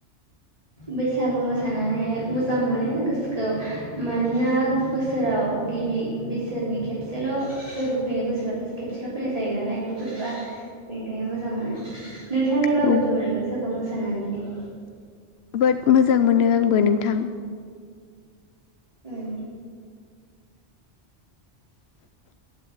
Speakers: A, on the right (about 30°); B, on the left (about 65°).
A: बैसागु मोसानानै मोजां मोनो गोसोखौ मानोना बोसोराव गिबि बिसोरनि खेबसेल' फोरबो फैनो बोसोराव खेबसेल' फैनाय जायो नालाय बे फोरबोआ बेनिखायनो मोजां मोनो। नोंथाङालाय माबायदि
B: औ
A: मोनो बैसागु मोसानानैलाय?
B: जोबोद मोजां मोनो आंबो नों थां।
A: उम